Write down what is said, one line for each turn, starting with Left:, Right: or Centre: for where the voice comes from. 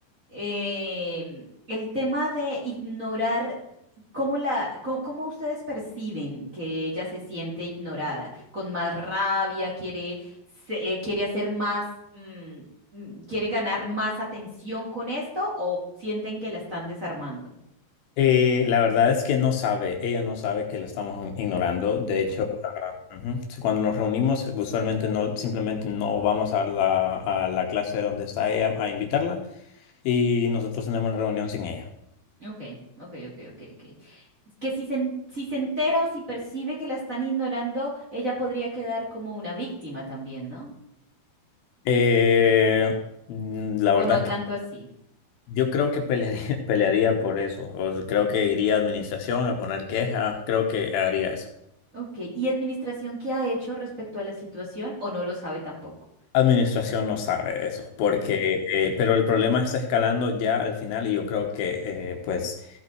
Right: eh, el tema de ignorar cómo la, cómo, cómo ustedes perciben que ella se siente ignorada, con más rabia, quiere, se- eh, quiere hacer más, mm, mm, quiere ganar más atención con esto o sienten que la están desarmando.
Left: Eh, la verdad es que no sabe, ella no sabe que la estamos in- ignorando. De hecho, ah, ujú, sí, Cuando nos reunimos, eh, usualmente no, simplemente no vamos a la, a la clase donde está ella a invitarla y nosotros tenemos la reunión sin ella.
Right: Ok, ok, ok, ok, ok. Es Que si se, en- si se entera o si percibe que la están ignorando, ella podría quedar como una víctima también, ¿no?
Left: Eh, mm, la
Right: O
Left: verdad
Right: no
Left: es
Right: tanto
Left: que
Right: así.
Left: yo creo que pelearía, <laughs> pelearía por eso. O sea, creo que iría a administración a poner queja, creo que haría eso.
Right: Ok, ¿y administración qué ha hecho respecto a la situación o no lo sabe tampoco?
Left: Administración no sabe de eso, porque,
Right: Ok.
Left: eh, pero el problema está escalando ya al final y yo creo que, eh, pues,